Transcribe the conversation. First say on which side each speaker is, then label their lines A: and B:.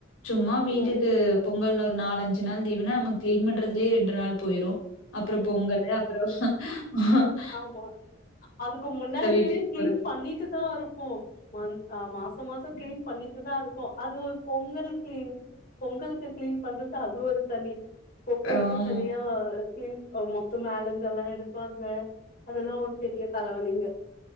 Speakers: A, on the left (about 80°); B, on the left (about 45°).
A: சும்மா வீட்டுக்கு
B: ம்
A: பொங்கல்னு ஒரு நாலஞ்சு நாள் லீவுனா நம்ம கிளீன் பண்றதுலயே ரெண்டு நாள் போயிரு அப்புறோ பொங்கலு ஆஹ
B: ஆமா அதுக்கு முன்னாடி
A: வீட்டுக்கு
B: வரே கிளீன்
A: போறது.
B: பண்ணிட்டு தா இருப்போ மந்த் அ மாசம் மாசம் கிளீன் பண்ணிட்டு தா இருக்கோ அது ஒரு பொங்கல் கிளீன் பொங்கலுக்கு கிளீன் பண்றது அது ஒரு தனி பொங்கலுக்குன்னு
A: ஆமா,
B: தனியா கி ஆ மொத்த மேல இருந்து எல்லா எடுப்பாங்க அதெல்லா ஒரு பெரிய தலவலிங்க